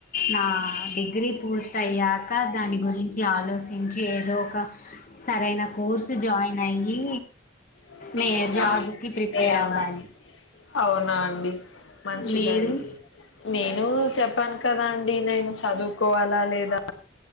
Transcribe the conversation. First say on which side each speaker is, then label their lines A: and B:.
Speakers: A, on the left; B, on the left.
A: నా డిగ్రీ పూర్త అయ్యాక దాని గురించి ఆలోచించి ఏదో ఒక సరైన కోర్సు జాయిన్ అయ్యి
B: <unintelligible>
A: నే జాబ్కి ప్రిపేర్ అవ్వాలి
B: అవునా అండి మంచిదడి
A: మీరు
B: నేను చెప్పాను కదా అండి నేను చదువుకోవాలా లేదా